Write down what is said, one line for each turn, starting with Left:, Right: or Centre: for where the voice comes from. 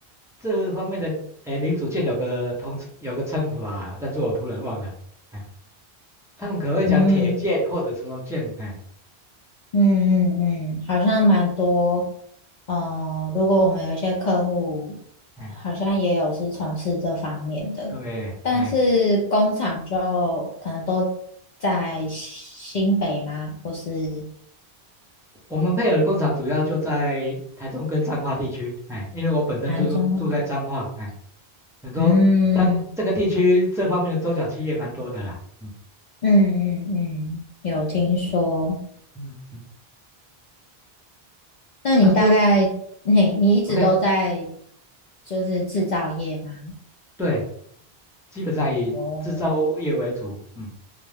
Centre: 这方面的哎零组件有个通有个称呼啊，但是我突然忘了，哎，他们可会讲铁件或者什么件，
Left: 嗯。
Centre: 哎
Left: 嗯嗯嗯，好像蛮多。呃，如果我们有一些客户，
Centre: 哎，
Left: 好像也有是从事这方面的，
Centre: 对，
Left: 但是工厂就可能都在新北吗？
Centre: 哎，
Left: 或是
Centre: 我们配合的工厂主要就在台中跟彰化地区，哎，因为我本身就是住在彰化，
Left: 台中工？
Centre: 哎。你说当这个地区这方面的中小企业蛮多的啦，
Left: 嗯
Centre: 嗯
Left: 嗯嗯嗯，有听说。
Centre: 嗯嗯，
Left: 那你大概你你一直都在
Centre: 那说 OK，
Left: 就是制造业吗？
Centre: 对，基本上以制造业为主，
Left: 哦，
Centre: 嗯，